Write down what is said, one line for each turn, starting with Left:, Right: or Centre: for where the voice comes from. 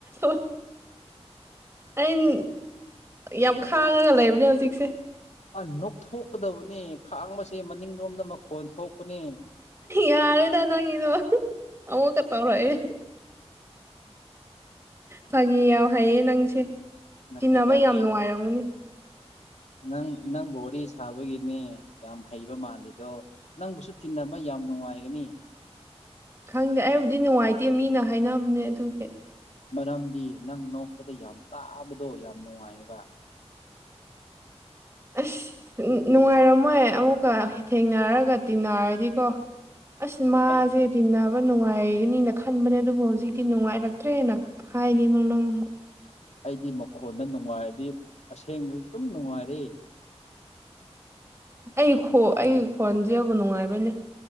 Right: ꯣ ꯑ ꯎꯝ ꯌꯥꯝ ꯈꯥꯡꯉꯒ ꯂꯩꯕꯅꯦ ꯍꯧꯖꯤꯛꯁꯦ
Left: ꯑ ꯅꯣꯛꯊꯣꯛꯀꯗꯕꯅꯤ ꯈꯥꯡꯕꯁꯦ ꯃꯅꯤꯡꯂꯣꯝꯗ ꯃꯈꯣꯟ ꯊꯣꯛꯄꯅꯤ
Right: ꯌꯥꯔꯦꯗ ꯅꯪꯒꯤꯗꯣ ꯑꯃꯨꯛꯀ ꯇꯥꯎꯔꯛꯑꯦ ꯐꯒꯤꯦ ꯌꯥꯝ ꯍꯩꯌꯦ ꯅꯪꯁꯦ
Left: ꯅꯠꯇꯦꯗ
Right: ꯆꯤꯟꯅꯕ ꯌꯥꯝ
Left: ꯍꯩ
Right: ꯅꯨꯡꯉꯥꯏꯔꯝꯃꯨꯅꯦ
Left: ꯅꯪ ꯅꯪꯕꯨ ꯋꯥꯔꯤ ꯁꯥꯕꯒꯤꯅꯦ ꯌꯥꯝ ꯍꯩꯕ ꯃꯥꯜꯂꯤꯗꯣ ꯅꯪꯕꯨꯁꯨ ꯊꯤꯟꯅꯕ ꯃꯑꯒꯅꯤ
Right: ꯈꯪꯗꯦ ꯑꯩꯕꯨꯗꯤ ꯅꯨꯡꯉꯥꯏꯇꯦ ꯃꯤꯅ ꯍꯥꯏꯅꯕꯅꯦ ꯑꯗꯨꯒꯤ
Left: ꯃꯔꯝꯗꯤ ꯅꯪ ꯅꯣꯛꯄꯗ ꯌꯥꯝ ꯇꯥꯕꯗꯣ ꯌꯥꯝ ꯅꯨꯡꯉꯥꯏꯑꯕ
Right: ꯑꯁ ꯅꯨꯡꯉꯥꯏꯔꯝꯃꯣꯏ ꯑꯃꯨꯛꯀ ꯊꯦꯡꯅꯔꯒ ꯇꯤꯟꯅꯔꯗꯤꯀꯣ ꯑꯁꯃꯖꯦꯗꯤꯅꯥ
Left: ꯑꯩ
Right: ꯅꯨꯡꯉꯥꯏꯒꯅꯤꯅ ꯈꯟꯕꯅꯦ ꯑꯗꯨꯕꯨ ꯍꯧꯖꯤꯛꯇꯤ ꯅꯨꯡꯉꯥꯏꯔꯛꯇ꯭ꯔꯦꯅ ꯍꯥꯏꯅꯤ ꯅꯪ ꯅꯪ ꯑꯃꯨꯛ
Left: ꯑꯩꯗꯤ ꯃꯈꯣꯟꯗ ꯅꯨꯡꯉꯥꯏꯔꯗꯤ ꯑꯁꯦꯡꯕꯗꯨꯁꯨ ꯑꯗꯨꯝ ꯅꯨꯡꯉꯥꯏꯔꯦ
Right: ꯑꯩ ꯑꯩ ꯈꯣꯟꯁꯦꯕꯨ ꯅꯨꯡꯉꯥꯏꯕꯅꯦ